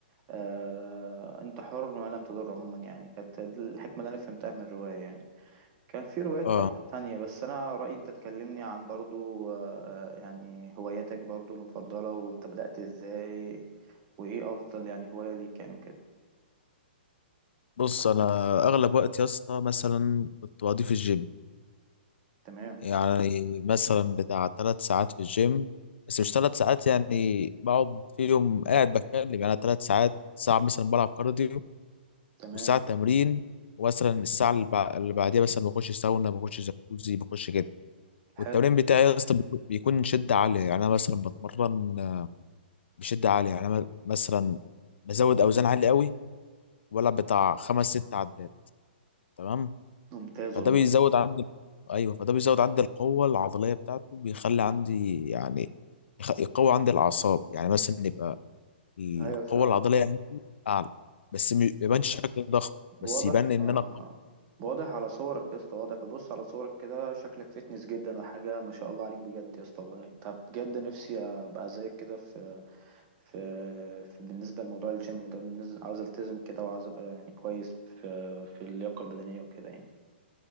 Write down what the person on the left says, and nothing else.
اه
بص انا اغلب وقت يا اسطى مثلا كنت بقضيه في الجيم
يعني مثلا بتاع ثلاث ساعات في الجيم بس مش ثلاث ساعات يعني بقعد فيهم قاعد بتكلم يعني ثلاث ساعات ساعة مثلا بلعب كارديو
وساعة تمرين ومثلا الساعة اللي بع- اللي بعديها مثلا بخش ساونا بخش جاكوزي بخش كده والتمرين
بتاعي يا اسطى بيكون بيكون شدة عالية يعني انا مثلا بتمرن بشده عاليه يعني انا مثلا بزود اوزان عاليه قوي ولا بتاع خمس ست عدات تمام
فده
بيزود عندي ايوه فده بيزود عندي القوه العضليه بتاعته بيخلي عندي يعني يخ- يقوي عندي الاعصاب يعني مثلا يبقى القوه
العضليه عندي اعلى بس ما يبانش شكل ضخم بس
يبان ان
انا قوي.